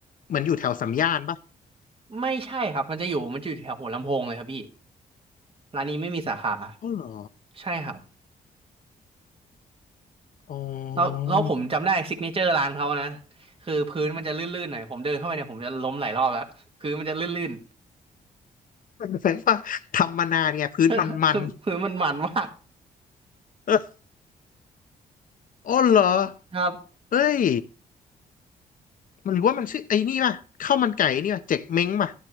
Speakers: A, on the left; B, on the right.
A: เหมือนอยู่แถวสามย่านป่ะ
B: ไม่ใช่ครับมันจะอยู่มันจะอยู่แถวหัวลำโพงเลยครับพี่ร้านนี้ไม่มีสาขา
A: อ๋อเหรอ
B: ใช่ครับ
A: อ๋อ
B: แล้วแล้วผมจำได้ซิกเนเจอร์ร้านเขานะคือพื้นมันจะลื่นๆหน่อยผมเดินเข้าไปเนี่ยผมจะล้มหลายรอบแล้วพื้นมันจะลื่น
A: มันแสดงว่าทำมานานไงพื้นมันมัน
B: ๆ <laughs> คือมันมันมาก
A: เอออ๋อเหรอ
B: ครับ
A: เอ้ยมันหรือว่ามันชื่อไอ้นี่ป่ะข้าวมันไก่นี่ป่ะเจ๊กเม้งป่ะ